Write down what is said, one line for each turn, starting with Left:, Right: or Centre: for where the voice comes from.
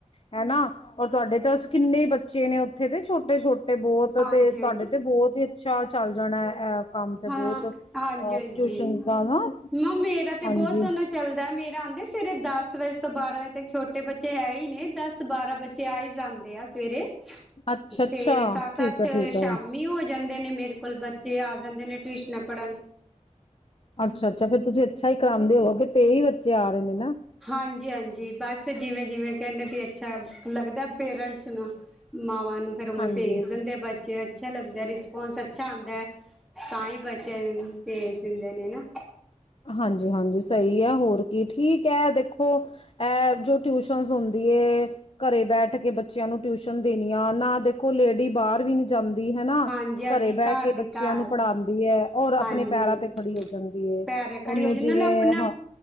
Left: ਹੈਨਾ ਔਰ ਤੁਹਾਡੇ ਤਾਂ ਕਿੰਨੇ ਬੱਚੇ ਨੇ ਉੱਥੇ ਤੇ ਛੋਟੇ-ਛੋਟੇ ਤੇ ਬਹੁਤ
Centre: ਹਾਂਜੀ-ਹਾਂਜੀ
Left: ਤੇ ਤੁਹਾਡੇ ਤੇ ਬਹੁਤ ਹੀ ਅੱਛਾ ਚੱਲ ਜਾਣਾ ਐ ਕੰਮ ਤੇ
Centre: ਹਾਂ
Left: ਬਹੁਤ।
Centre: ਹਾਂਜੀ-ਹਾਂਜੀ।
Left: ਟਿਊਸ਼ਨ ਦਾ ਨਾ
Centre: ਨ ਮੇਰਾ ਤੇ
Left: ਹਾਂਜੀ
Centre: ਬਹੁਤ ਸੋਹਣਾ ਚੱਲਦੈ। ਮੇਰਾ ਆਦੇ ਸਵੇਰੇ ਦਸ ਵਜੇ ਤੋਂ ਬਾਰਾਂ ਵਜੇ ਤੱਕ ਛੋਟੇ ਬੱਚੇ ਹੈ ਹੀ ਨੇ ਦਸ ਬਾਰਾਂ ਬੱਚੇ ਆ ਹੀ ਜਾਂਦੇ ਆ ਸਵੇਰੇ
Left: ਅੱਛਾ-ਅੱਛਾ
Centre: ਤੇ ਸੱਤ
Left: ਠੀਕ
Centre: ਅੱਠ
Left: ਹੈ-ਠੀਕ
Centre: ਸ਼ਾਮੀ
Left: ਹੈ
Centre: ਹੋ ਜਾਂਦੇ ਨੇ ਮੇਰੇ ਕੋਲ ਬੱਚੇ ਆ ਜਾਂਦੇ ਨੇ ਟਿਊਸ਼ਨਾਂ ਪੜ੍ਹਨ।
Left: ਅੱਛਾ-ਅੱਛਾ ਫੇਰ ਤੁਸੀਂ ਅੱਛਾ ਹੀ ਕਰਾਉਂਦੇ ਹੋਵੋਗੇ ਤੇਈ ਬੱਚੇ ਆ ਰਹੇ ਨੇ ਨਾ।
Centre: ਹਾਂਜੀ-ਹਾਂਜੀ, ਬਸ ਜਿਵੇਂ-ਜਿਵੇਂ ਕਹਿੰਣੇ ਬੀ ਅੱਛਾ ਲੱਗਦਾ ਪੇਰੈਂਟਸ ਨੂੰ ਮਾਵਾਂ ਨੂੰ। ਫੇਰ ਉਵੇਂ
Left: ਹਾਂਜੀ-ਹਾਂਜੀ
Centre: ਭੇਜ ਦਿੰਦੇ ਬੱਚੇ ਅੱਛਾ ਲੱਗਦਾ ਰਿਸਪੋਂਸ ਅੱਛਾ ਆਉਂਦਾ ਹੈ ਤਾਂ ਹੀ ਬੱਚਿਆਂ ਨੂੰ ਭੇਜ ਦਿੰਦੇ ਨੇ ਨਾ।
Left: ਹਾਂਜੀ-ਹਾਂਜੀ ਸਹੀ ਐ ਹੋਰ ਕੀ ਠੀਕ ਹੈ ਦੇਖੋ ਇਹ ਜੋ ਟਿਊਸ਼ਨਸ ਹੁੰਦੀ ਏ ਘਰੇ ਬੈਠ ਕੇ ਬੱਚਿਆਂ ਨੂੰ ਟਿਊਸ਼ਨ ਦੇਣੀ ਆ ਨਾ ਦੇਖੋ ਲੇਡੀ ਬਾਹਰ ਵੀ ਨੀ ਜਾਂਦੀ ਹੈਨਾ,
Centre: ਹਾਂਜੀ-ਹਾਂਜੀ
Left: ਘਰੇ ਬਹਿ
Centre: ਘਰ
Left: ਕੇ
Centre: ਦੀ
Left: ਬੱਚਿਆਂ
Centre: ਘਰ
Left: ਨੂੰ ਪੜ੍ਹਾ ਦੀਏ ਔਰ ਆਪਣੇ
Centre: ਹਾਂਜੀ-ਹਾਂਜੀ
Left: ਪੈਰਾਂ ਤੇ ਖੜੀ ਹੋ ਜਾਂਦੀ ਏ।
Centre: ਪੈਰ ਖੜੀ
Left: ਉਹਨੂੰ
Centre: ਹੋ ਜਾ
Left: ਜਿਵੇਂ
Centre: ਨਾਲ ਆਪਣਾ
Left: ਹਾਂ,